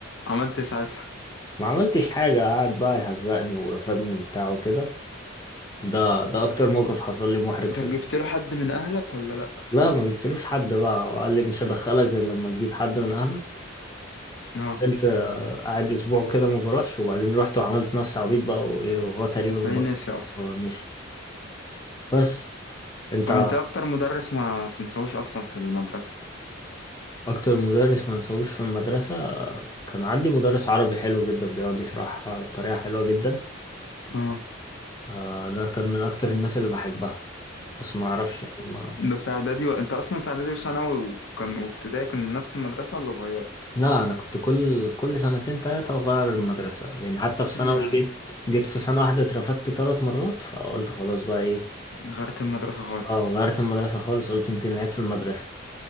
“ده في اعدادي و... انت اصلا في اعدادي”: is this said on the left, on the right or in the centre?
Left